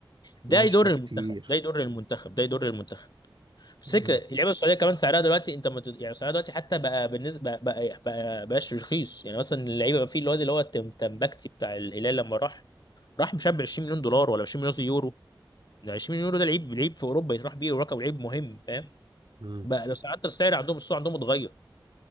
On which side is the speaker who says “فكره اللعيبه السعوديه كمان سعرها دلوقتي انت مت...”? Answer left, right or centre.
Left